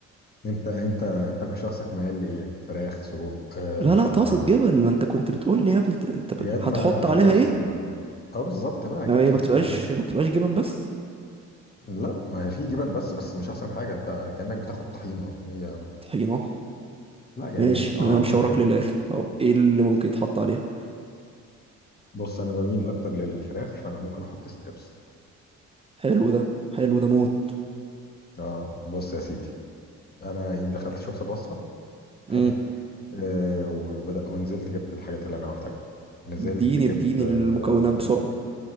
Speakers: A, on the left; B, on the right.
A: انت انت انت كشخصك ميال لايه فراخ سجق آه،
B: لا
A: لحمه
B: لا طاسه جبن ما انت كنت بتقول لي يا ابني انت بت...
A: ياد
B: هتحط
A: ما
B: عليها
A: بص
B: ايه
A: ما احنا اه بالظبط بقى
B: يعني
A: كده
B: هي
A: خليك
B: ما بتبقاش
A: فهمان
B: ما بتبقاش جبن بس
A: لا ما هي في جبن بس بس مش احسن حاجه انت كانك بتاخد طحينه هي
B: طحينه
A: لا يعني
B: ماشي
A: طعمها
B: انا همشي وراك
A: كده
B: للاخر طب ايه اللي ممكن يتحط عليها
A: بص انا بميل اكتر للفراخ فانا ممكن احط ستريبس
B: حلو ده حلو ده موت
A: اه بص يا سيدي انا ايه دخلت شفت الوصفه حلو
B: امم
A: آه وبدأ ونزلت جبت الحاجات اللي انا محتاجها نزلت
B: اديني
A: جبت
B: اديني
A: آه
B: المكونات بسرعة